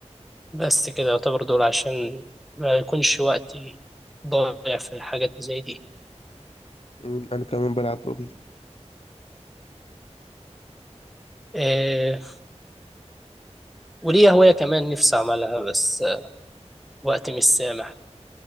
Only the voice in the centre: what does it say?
بس كده يعتبر دول عشان ما يكونش وقتي ضايع في الحاجات زي دي
إيه وليا هواية كمان نفسي أعملها بس آه، وقتي مش سامح